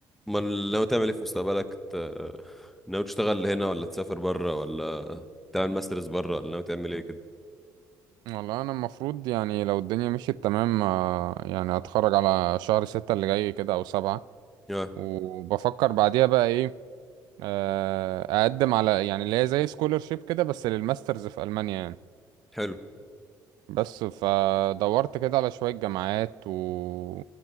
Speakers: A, in the centre; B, on the right.
A: ما ناوي تعمل ايه في مستقبلك ت... ناوي تشتغل هنا ولا تسافر بره ولا تعمل ماسترز بره ولا ناوي تعمل ايه كده
B: والله انا المفروض يعني لو الدنيا مشيت تمام آه، يعني هتخرج على شهر ستة اللي جاي كده او سبعة
A: اه
B: وبفكر بعديها بقى ايه آه، اقدم على يعني اللي هي زي سكولرشيب كده بس للماسترز في المانيا يعني
A: حلو
B: بس فدورت كده على شوية جامعات و...